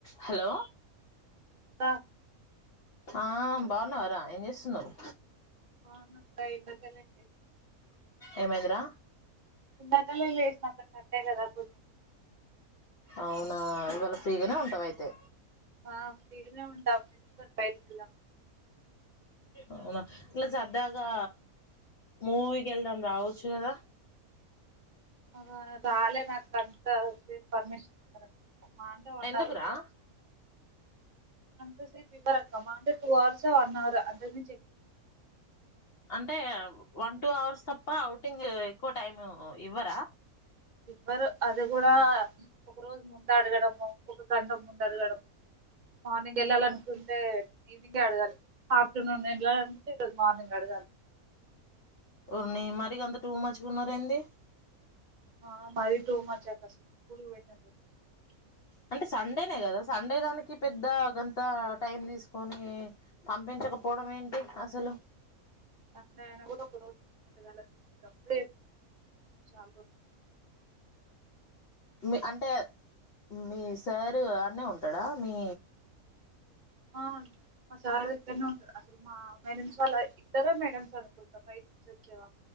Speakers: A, on the left (about 60°); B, on the right (about 45°).
A: Hello
B: అ
A: ఆ బాగున్నావరా ఏం చేస్తున్నావు
B: ఆ బాగున్నా <unintelligible>
A: ఏమైందిరా
B: ఇందకాల లే కట్టే కట్టే కద కు
A: అవునా ఇవాళ ఫ్రీగానే ఉంటావ అయితే
B: ఆ ఫ్రీగా ఉంటాం బయటకి వెళ్దాం
A: అవునా అట్లా సరదాగా మూవీకి వెళ్దాం రావచ్చు కదా
B: ఆ రాలేను అక్క అంతసేపు పర్మిషన్ ఇవ్వరు అక్క మాహ అంటే వన్
A: ఎందుకురా
B: అవర్ అంత సేపు ఇవ్వక్కమా అంటే టూ అవర్స్ వన్ అవర్ అకువవ్వూ
A: అంటే వన్ టూ అవర్స్ తప్ప అఔటింగ్ ఎక్కువ టైం ఇవ్వరా
B: ఎవ్వరు అది కూడా ఒకరోజు ముంద అడగడము ఒక గంట ముంద అడగడ మార్నింగ్ వెళ్ళాలనుకుంటే ఈవినింగే అడగాలి ఆఫ్టర్నూన్ వెళ్ళాలనుకుంటే ఈరోజు మార్నింగ్ అడగాలి
A: ఓరిని మరి అంత టూమచుకున్నార ఏంది
B: ఆ మరిీ టూ మచ్చా కస స్కూ పెట్న
A: అంటే సండేనే కదా సండే దానికి పెద్ద పెద్ద కొంత టైం తీసుకొని పంపించకపోవడం ఏంటి అసలు
B: అంద ఆయన కూడా ఒక రోజు ముడులా డబ్బ చాలా రజు
A: మీ అంటే మీ సారు అడ్నే ఉంటా ఇక్కడ మీ
B: ఆ మా సార్ ఇక్కడనే ఉంటారు అసలు మా మేడమ్స్ వాళ్ళ ఇద్దర మేడమ్స్ అనుకుంటా బైట నుంచి వచ్చేవా